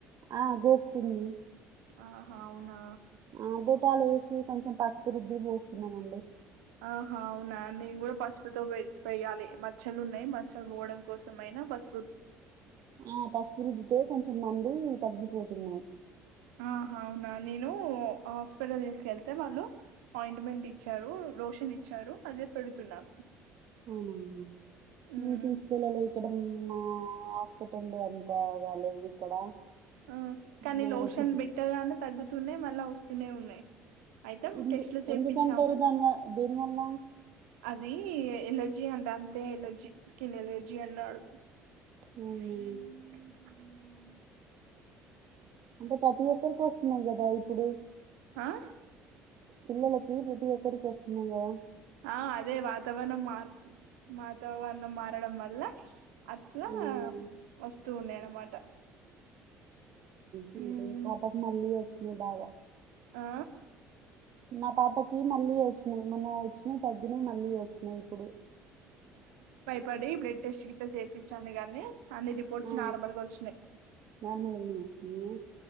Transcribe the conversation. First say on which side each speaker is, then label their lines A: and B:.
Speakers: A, on the right; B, on the right.
A: ఆ గోకుతుంది
B: ఆహా అవునా
A: ఆ బిటాలేసి కొంచెం పసుపు రుద్ది పోస్త అవునండి
B: ఆహ అవునా నేన్ కూడా పసుపుతో పోయాలి మ బట్టలు ఉన్నాయి మచ్చలు పోవడం కోసంమయినా బస్
A: ఆ పసుపురుర్ది కొంచెం తున్నంది తగ్గిపోతున్నయి
B: ఆహ అవునా నేనూ హాస్పిటల్ తీసుకెళ్తే వాళ్ళు అపాయింట్మెంట్ ఇచ్చారు రోషన్ ఇచ్చారు అదే పెడుతున్నాను
A: అవునా అంది మేము
B: మ్మ్
A: తీసుకెళ్ళలే ఇక్కడ మా ఎక్కుతుంది అంతగాలేదండి ఇక్కడ
B: ఆ కనీ
A: వేరే
B: లోషన్
A: సిటీ
B: బెట్టర్ గానే తగ్గుతున్నాయి మళ్ళా వ స్తునె ఉన్నాయి్ అయితే
A: ఎందు
B: టెస్ట్లు చేప్పించాము
A: ఎందుకంటారు దాని వ దేని వల్ల
B: అది ఎలర్ జీ అంట అంతే ఎలర్జీ స్కిన్ ఎలర్జీ అన్నాడు ఉహు
A: అవునా అంటే ప్రతి ఒక్కరికి వస్తున్నాయి కదా ఇప్పుడు
B: ఆ
A: పిల్లలకి తీరు బతి ఒక్కరికి వస్తున్నాంగా
B: ఆ అదే వాతావరణం మార్పు వాతావరణం మారడం వల్ల అట్ట
A: మ్మ్
B: వస్తూ ఉన్నాయనమాట
A: అవున
B: ఉమ్
A: పాపకి మళ్ళీ వచ్చి ఇ బాగ
B: ఆ
A: మా పాపకి మళ్ళీ వచ్చినయి మొన్న వచ్చినాయి తగ్గినాయి మళ్ళీ వచ్చినాయి ఇప్పుడు
B: పడి బ్లడ్ టెస్ట్ కిట్ల చేపించాను గానీ అన్ని రిపోర్ట్స్
A: ఆ
B: నార్మల్గ వచ్చినాయి్
A: నార్మల్గానే వచ్చినాయా